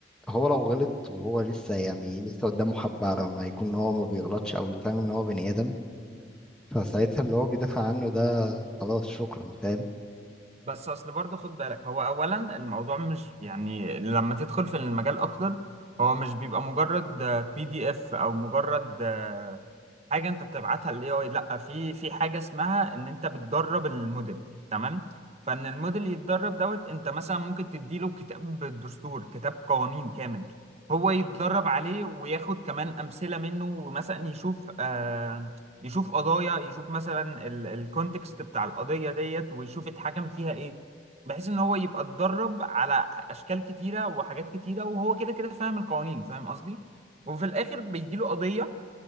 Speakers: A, in the centre; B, on the right.
A: هو لو غلط وهو لسه يعني لسه قدامه حبة على ما يكون هو ما بيغلطش او يفهم ان هو بني ادم فساعتها اللي هو بيدافع عنه ده خلاص شكرا فاهم
B: بس اصل برضه خد بالك هو اولا الموضوع مش يعني لما تدخل في المجال اكتر هو مش بيبقى مجرد بي دي اف او مجرد آه، حاجه انت بتبعتها للاي اي لا في في حاجه اسمها ان انت بتدرب الموديل تمام فان الموديل يتدرب دوت انت مثلا ممكن تديله كتاب دستور كتاب قوانين كامل هو يتدرب عليه وياخد كمان امثله منه ومثلا يشوف آه يشوف قضايا يشوف مثلا الكونتكست بتاع القضيه ديت ويشوف اتحكم فيها ايه بحيث ان هو يبقى اتدرب على اشكال كتيره وحاجات كتيره وهو كده كده فاهم القوانين فاهم قصدي وفي الاخر بيجيله قضيه